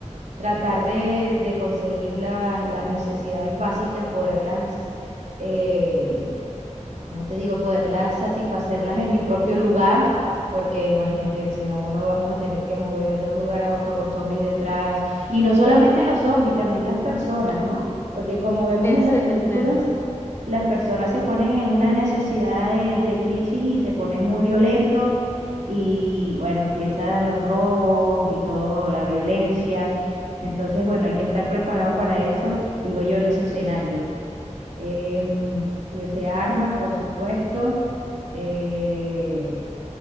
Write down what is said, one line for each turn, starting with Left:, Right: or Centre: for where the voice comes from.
Right: tratar de, de conseguir las, las necesidades básicas, poderlas, eh, como te digo, poderlas satisfacerlas en mi propio lugar, porque imagínate, si no, no vamos a tener que mover de un lugar a otro con zombies detrás. Y no solamente los zombies, también las personas, ¿no? Porque como vemos
Left: ese
Right: en las películas,
Left: es el tema,
Right: las personas se ponen en una necesidad de, de crisis y se ponen muy violentos y bueno, empiezan los robos y todo, la violencia. Entonces, bueno, hay que estar preparado para eso, digo yo, en ese escenario em, que hubiese armas, por supuesto, eh,